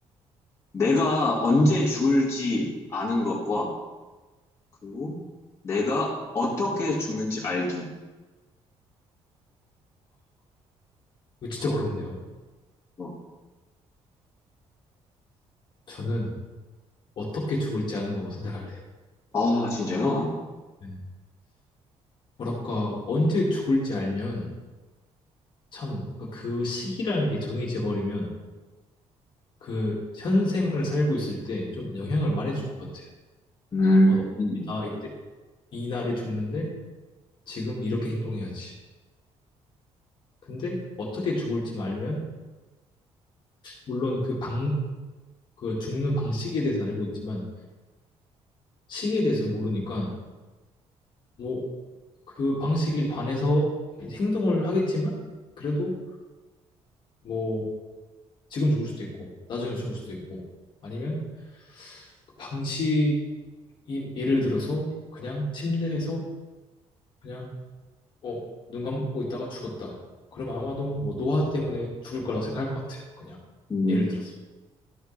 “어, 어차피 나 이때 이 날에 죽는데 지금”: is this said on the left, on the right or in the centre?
Left